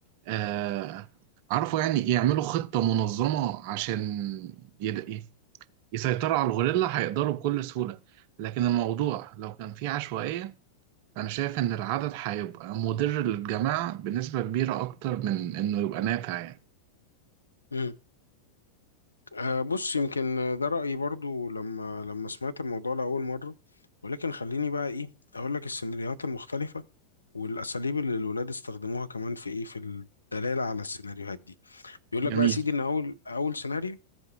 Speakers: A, on the right (about 45°); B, on the left (about 80°).
A: آه، عرفوا يعني يعملوا خطه منظمه عشان يد- يسيطروا على الغوريلا هيقدروا بكل سهولة لكن الموضوع لو كان فيه عشوائية أنا شايف إن العدد هيبقى مضر للجماعة بنسبة كبيرة أكتر من إنه يبقى نافع يعني
B: مه. آه بص يمكن ده رأيي برضو لما لما سمعت الموضوع لأول مرة ولكن خليني بقى ايه اقول لك السيناريوهات المختلفة والاساليب اللي الولاد استخدموها كمان في ايه في الدلالة على السيناريوهات دي بيقول
A: جميل
B: لك بقى يا سيدي ان اول اول سيناريو